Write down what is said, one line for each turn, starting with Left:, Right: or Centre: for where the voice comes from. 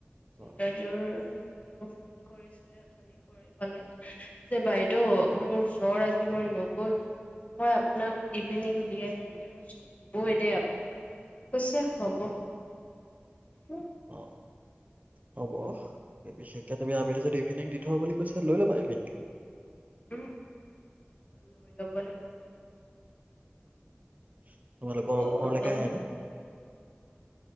Left: চিতযোৰ
Right: অ অ
Left: তেওঁ ফোন কৰিছিল। অথনি কৰি ক'লে যে বাইদেউ মোৰ জৰ আজি মই নগলো মই আপোনাক ইভিনিং দি আহিমগৈ মইচোন দিবই দেই আপুনি হ'ব ত যে
Right: অ হ'ব বিশেষকে তুমি আবেলি যদি ইভিনিং দি থব বুলি। কৈছে লৈ ল'বা ইভিনিং।
Left: উম উম লৈ ল'ব লাগিব।
Right: হয় তোমালোকৰ
Left: মোৰ
Right: ঘৰলৈকে আহে ন